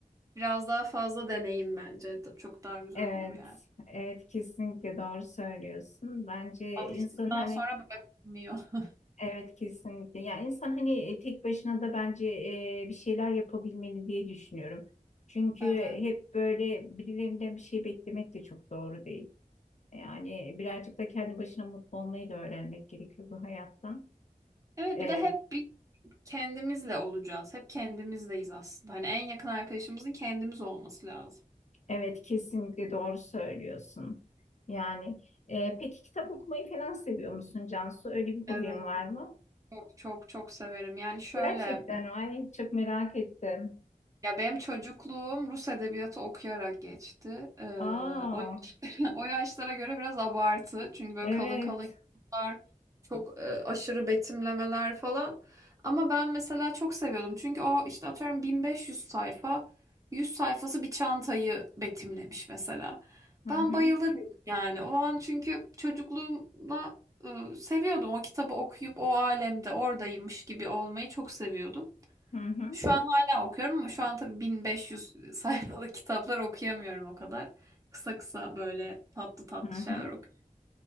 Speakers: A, on the right (about 20°); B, on the left (about 55°).
A: Biraz daha fazla deneyim bence. Da- Çok daha güzel
B: Evet,
A: olur yani.
B: evet kesinlikle doğru söylüyorsun. Bence
A: Alıştıktan
B: insan hani
A: sonra bırakılmıyor. <laughs>
B: Evet kesinlikle. Yani insan hani e, tek başına da bence e, bir şeyler yapabilmeli diye düşünüyorum. Çünkü
A: Evet.
B: hep böyle birilerinden bir şey beklemek de çok doğru değil. Yani birazcık da kendi başına mutlu olmayı da öğrenmek gerekiyor bu hayattan.
A: Evet
B: E,
A: bir de hep bir kendimizle olacağız. Hep kendimizdeyiz aslında. Hani en yakın arkadaşımızın kendimiz olması lazım.
B: evet kesinlikle doğru söylüyorsun. Yani e, peki kitap okumayı falan seviyor musun Cansu? Öyle bir
A: Evet.
B: hobin var mı?
A: Çok çok çok severim. Yani şöyle
B: Gerçekten ay çok merak ettim.
A: Ya benim çocukluğum Rus edebiyatı okuyarak geçti. Ee,
B: Aa
A: o, yaş- <laughs> o yaşlara göre biraz abartı. Çünkü böyle
B: evet.
A: kalın kalın kitaplar, çok e, aşırı betimlemeler falan. Ama ben mesela çok seviyordum. Çünkü o işte atıyorum 1500 sayfa, 100 sayfası bir çantayı betimlemiş mesela.
B: Hı
A: Ben
B: hı.
A: bayılırım yani. O an çünkü çocukluğumda e, seviyordum. O kitabı okuyup o alemde oradaymış gibi olmayı çok seviyordum.
B: Hı hı.
A: Şu an hala okuyorum ama şu an tabii 1500 <laughs> sayfalık kitaplar okuyamıyorum o kadar. Kısa kısa böyle tatlı tatlı
B: Hı hı.
A: şeyler okuyorum.